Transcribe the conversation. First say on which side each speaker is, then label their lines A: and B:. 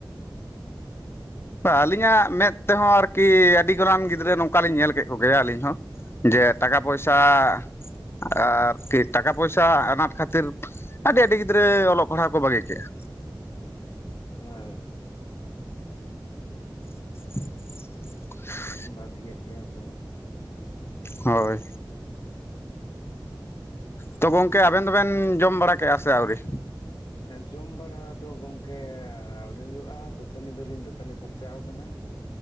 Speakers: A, on the left; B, on the left.
A: ᱟᱞᱤᱧᱟᱜ ᱢᱮᱫ ᱾ ᱛᱮᱦᱚᱸ ᱟᱨᱠᱤ ᱟᱰᱤ ᱜᱚᱞᱟᱱ ᱜᱤᱫᱽᱨᱟᱹ ᱱᱚᱝᱠᱟᱞᱤᱧ ᱧᱮᱞ ᱠᱮᱫ ᱠᱚᱜᱮᱭᱟ ᱟᱞᱤᱧ ᱦᱚᱸ ᱾ ᱡᱮ ᱴᱟᱠᱟ ᱯᱚᱭᱥᱟ
B: ᱦᱮᱸ
A: ᱾ ᱟᱨᱠᱤ ᱴᱟᱠᱟ ᱯᱚᱭᱥᱟ ᱟᱱᱟᱴ ᱠᱷᱟᱛᱤᱨ ᱟᱰᱤ ᱟᱰᱤ ᱜᱤᱫᱽᱨᱟᱹ ᱚᱞᱚᱜ ᱯᱟᱲᱦᱟᱣ ᱠᱚ ᱵᱟᱹᱜᱤ ᱠᱮᱜᱼᱟ
B: ᱦᱩᱸ ᱾
A: <unintelligible>
B: ᱵᱟᱜᱤᱭᱮᱫ ᱜᱮᱭᱟ ᱠᱚ᱾
A: ᱦᱳᱭ᱾ ᱛᱚ ᱜᱚᱝᱠᱮ ᱟᱵᱮᱱ ᱫᱚᱵᱮᱱ ᱡᱚᱢ ᱵᱟᱲᱟ ᱠᱮᱜᱼᱟ ᱥᱮ ᱟᱹᱣᱨᱤ?
B: ᱡᱚᱢ ᱵᱟᱲᱟ ᱫᱚ ᱜᱚᱝᱠᱮ ᱟᱣᱨᱤ ᱦᱩᱭᱩᱜᱼᱟ ᱫᱟᱹᱛᱟᱹᱱᱤ ᱫᱚᱞᱤᱧ ᱫᱟᱹᱛᱟᱹᱱᱤ ᱯᱷᱟᱨᱪᱟᱣ ᱟᱠᱟᱱᱟ᱾